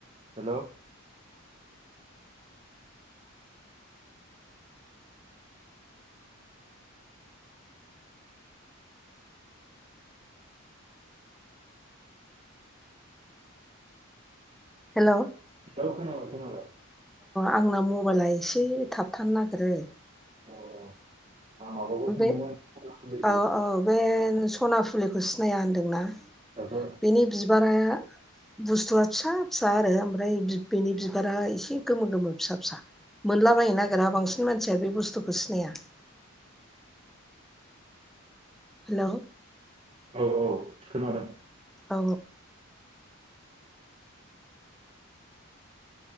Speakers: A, on the right (about 30°); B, in the centre.
A: हेल'।
B: हेल'।
A: औ खोनाबाय खोनाबाय।
B: आंना मबाइला एसे थाबथानो नागिरो ।
A: औ औ। आं माबाखौ सोंदोंमोन
B: बे
A: सनाफुलिखौ
B: औ औ बे सना फु फुलिखौ सिनाया होनदोंना?
A: ओहो
B: बेनि बिबारा बुस्थुआ फिसा फिसा आरो ओमफ्राय बेनि बिबारा एसे गोमो गोमो । फिसा फिसा मोन नुलाबायनो नागिरा बांसिन मानसिया बे बुस्थुखौ सिनाया । हेल'।
A: औ औ खोनादों।
B: औ।